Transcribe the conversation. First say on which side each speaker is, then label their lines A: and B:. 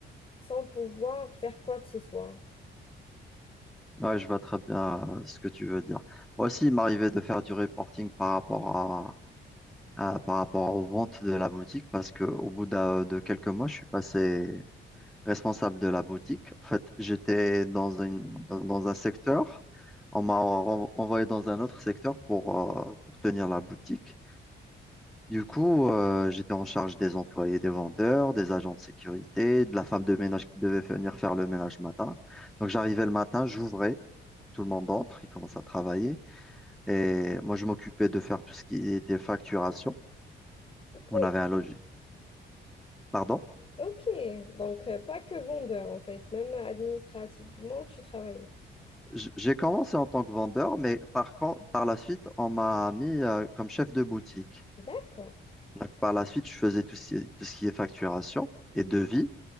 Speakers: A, on the left (about 25°); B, in the centre.
A: sans pouvoir faire quoi que ce soit.
B: Ouais, je vois très bien euh, ce que tu veux dire. Moi aussi, il m'arrivait de faire du reporting par rapport à, à- par rapport aux ventes de la boutique parce que au bout d'un- de quelques mois, je suis passé responsable de la boutique. En fait, j'étais dans une, dans, dans un secteur, on m'a ren- envoyé dans un autre secteur pour, euh, pour tenir la boutique. Du coup, euh, j'étais en charge des employés, des vendeurs, des agents de sécurité, de la femme de ménage qui devait venir faire le ménage le matin. Donc, j'arrivais le matin, j'ouvrais, tout le monde entre, il commence à travailler. Et moi, je m'occupais de faire tout ce qui était facturation.
A: Ok,
B: On avait un logis. Pardon?
A: ok. Donc, euh, pas que vendeur en fait, même administrativement, tu travailles.
B: J- J'ai commencé en tant que vendeur, mais par contre, par la suite, on m'a mis euh, comme chef de boutique.
A: D'accord.
B: Donc, par la suite, je faisais tout ce qui est, tout ce qui est facturation et devis